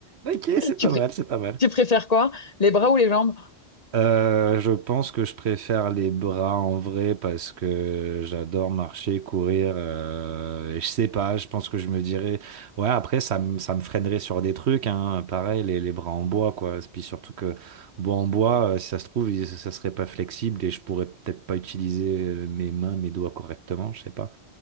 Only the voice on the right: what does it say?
Ok, c'est
pas
mal, c'est pas mal.
Euh, je pense que je préfère les bras en vrai parce que j'adore marcher, courir. euh, et je sais pas, je pense que je me dirais. Ouais, après, ça me, ça me freinerait sur des trucs, hein. Pareil, les, les bras en bois, quoi. Puis surtout que, bois en bois, euh, si ça se trouve, il- ça serait pas flexible et je pourrais peut-être pas utiliser euh, mes mains, mes doigts correctement, je sais pas.